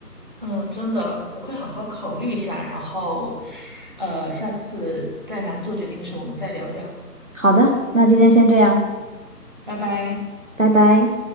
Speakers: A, on the right; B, on the right.
A: 嗯，真的，我会好好考虑一下，然后，呃，下次再难做决定的时候，我们再聊一聊。
B: 好的，那今天先这样，
A: 拜拜。
B: 拜拜。